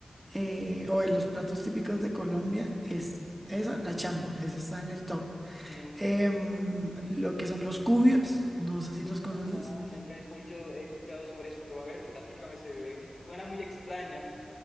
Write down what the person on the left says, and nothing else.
Sí.
No, no, nunca he escuchado, he escuchado sobre eso, pero a ver, platícame, se ve- suena muy extraño.